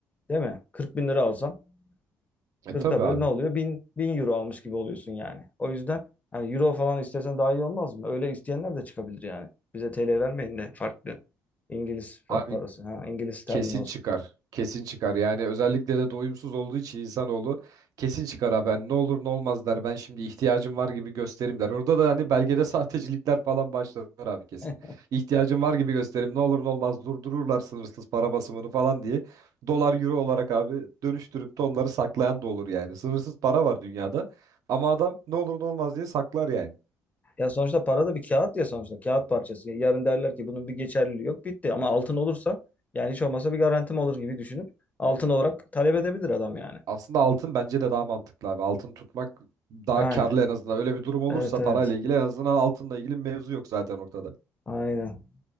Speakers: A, on the left; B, on the right.
A: değil mi? 40 bin lira alsam
B: E
A: 40'a
B: tabii abi.
A: böl ne oluyor? 1000, 1000 euro almış gibi oluyorsun yani. O yüzden hani euro falan istesen daha iyi olmaz mı? Öyle isteyenler de çıkabilir yani. Bize TL vermeyin de farklı İngiliz
B: Abi
A: fa- parası. Ha, İngiliz sterlin
B: Kesin
A: olsun.
B: çıkar. Kesin çıkar. Yani özellikle de doyumsuz olduğu için insanoğlu kesin çıkar abi. Hani ne olur ne olmaz der. Ben şimdi ihtiyacım var gibi gösterim der. Orada da hani belgede <laughs> sahtecilikler falan başlar abi kesin.
A: <laughs>
B: İhtiyacım var gibi gösterim. Ne olur ne olmaz durdururlar sınırsız para basımını falan diye. Dolar euro olarak abi dönüştürüp de onları saklayan da olur yani. Sınırsız para var dünyada. Ama adam ne olur ne olmaz diye saklar yani.
A: Ya sonuçta para da bir kağıt ya sonuçta. Kağıt parçası. Yarın derler ki bunun bir geçerliliği yok bitti. Ama altın olursa yani hiç olmazsa bir garantim olur gibi düşünüp altın olarak talep edebilir adam yani.
B: Aslında altın bence de daha mantıklı abi. Altın tutmak daha
A: Yani.
B: karlı en azından. Öyle bir durum olursa
A: Evet
B: parayla
A: evet.
B: ilgili en azından altınla ilgili mevzu yok zaten ortada.
A: Aynen.